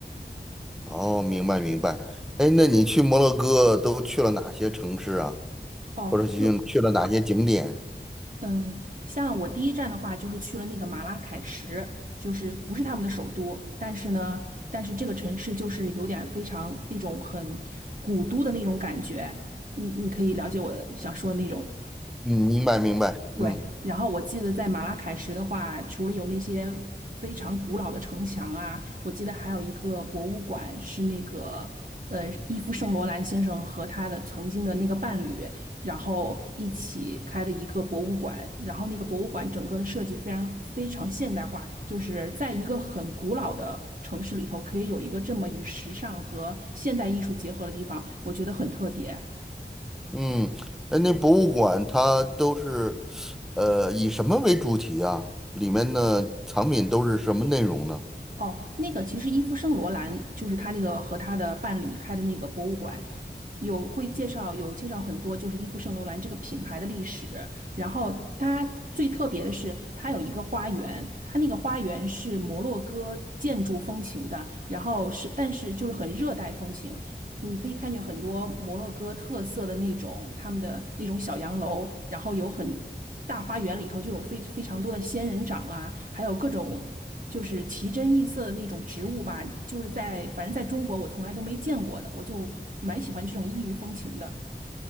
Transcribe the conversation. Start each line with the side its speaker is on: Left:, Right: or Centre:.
Centre: 哦，明白明白。哎，那你去摩洛哥都去了哪些城市啊？
Right: 哦，
Centre: 或者去去了哪些景点？
Right: 就嗯，像我第一站的话，就是去了那个马拉喀什，就是不是他们的首都，但是呢，但是这个城市就是有点非常那种很古都的那种感觉。你你可以了解我想说的那种
Centre: 嗯，明白明白。嗯
Right: 对，然后我记得在马拉喀什的话，除了有那些非常古老的城墙啊，我记得还有一个博物馆是那个呃伊夫圣罗兰先生和他的曾经的那个伴侣，然后一起开的一个博物馆。然后那个博物馆整个的设计非常非常现代化，就是在一个很古老的城市里头，可以有一个这么与时尚和现代艺术结合的地方，我觉得很特别。
Centre: 嗯，哎，那博物馆它都是，呃，以什么为主题啊？里面的藏品都是什么内容呢？
Right: 哦，那个其实伊夫圣罗兰就是他那个和他的伴侣开的那个博物馆，有会介绍有介绍很多就是伊夫圣罗兰这个品牌的历史。然后它最特别的是，它有一个花园，它那个花园是摩洛哥建筑风情的，然后是但是就是很热带风情。你可以看见很多摩洛哥特色的那种他们的那种小洋楼，然后有很大花园里头就有非非常多的仙人掌啊，还有各种。就是奇珍异色的那种植物吧，就是在反正在中国我从来都没见过的，我就蛮喜欢这种异域风情的。